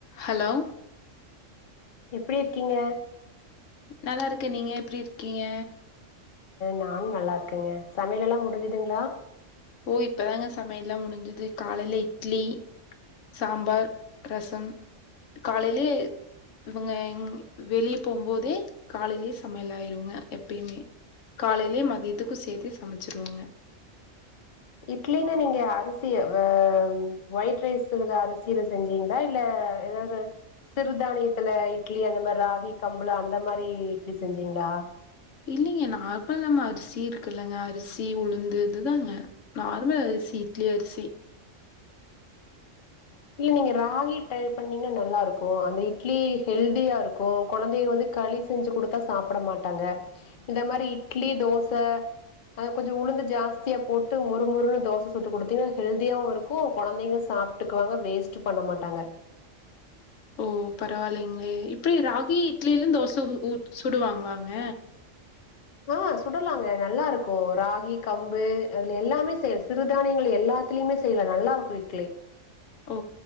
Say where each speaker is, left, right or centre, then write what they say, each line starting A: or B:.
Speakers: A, on the left; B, on the left.
A: hello
B: எப்டி இருக்கீங்க
A: நல்லா இருக்க நீங்க எப்டி இருக்கீங்க
B: நானும் நல்லா இருக்கேங்க சமையல் எல்லாம் முடிஞ்சுதுங்களா
A: ஓ இப்பதாங்க சமையல் எல்லா முடிஞ்சது காலையில இட்லி சாம்பார் ரசம் காலையிலே இவங்க எங் வெளிய போகும் போதே காலையிலே சமையல் ஆயிடுங்க எப்பையுமே காலையிலேயே மதியத்துக்கும் சேத்து சமைச்சிருவாங்க
B: இட்லனு நீங்க அரிசி வே ஒயிட் ரைஸ் அரிசியில செஞ்சீங்க தா இல்ல ஏதாவது சிறுதானியத்துல இட்லி அந்த மாறி ராகி கம்பு அந்த மாறி இட்லி செஞ்சீங்களா
A: இல்லிங்க நார்மல் அரிசி இருக்குல்லங்க அரிசி உளுந்து இதுதாங்க நார்மல் அரிசி இட்லி அரிசி
B: இ நீங்க ராகி ரை பண்ணீங்க நல்லா இருக்கும் அந்த இட்லி ஹெல்தியா இருக்கு குழந்தைய வந்து களி செஞ்சு குடுத்தா சாப்பிட மாட்டாங்க இந்த மாறி இட்லி தோச அது கொஞ்சம் உளுந்து ஜாஸ்தியா போட்டு முறுமுறுன்னு தோச சுட்டு கொடுத்தீங்க ஹெல்தியும் இருக்கும் குழந்தைங்க சாப்பிட்டு குங்க வேஸ்ட் பண்ண மாட்டாங்க
A: ஓ பரவாயில்லைங்களே இப்டி ராகி இட்லிலும் தோச சுடுவாங்களாங்க
B: ஆ சுடலாங்க நல்லா இருக்கும் ராகி கம்பு அதுல எல்லாமே செத் சிறுதானியங்கள் எல்லாமே அதுலேமே செய்வேன் நல்லா இருக்கும் இட்லி
A: ஓ